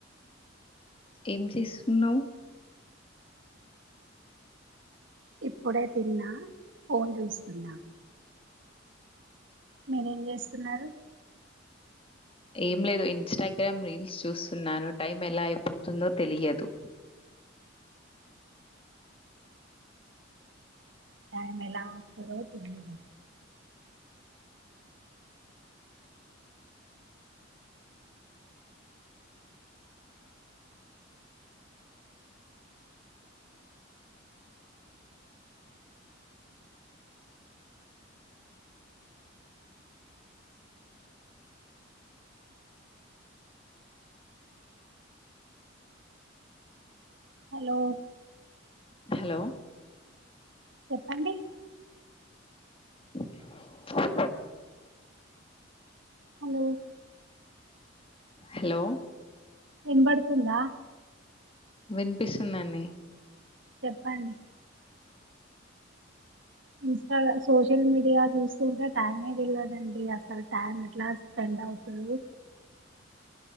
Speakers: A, on the left; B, on the right.
A: ఏం చేస్తున్నావ్?
B: ఇప్పుడే తిన్నా ఫోన్ జూస్తున్నా మీరేం జేస్తున్నారు?
A: ఏం లేదు ఇన్స్టాగ్రామ్ రీల్స్ చూస్తున్నాను. టైమ్ ఎలా అయిపోతుందో తెలియదు.
B: టై ఎలా అవుతదో తెలియదం హలో
A: హలో
B: చెప్పండి
A: <unintelligible>
B: హలో
A: హలో
B: వినబడుతుందా?
A: వినిపిస్తుందండి.
B: చెప్పండి. ఇన్స్టా సోషల్ మీడియా జూస్తంటే టైమే దెలవదండి అసలు టైం ఎట్లా స్పెండ్ నవ్వుతరు
A: <inaudible>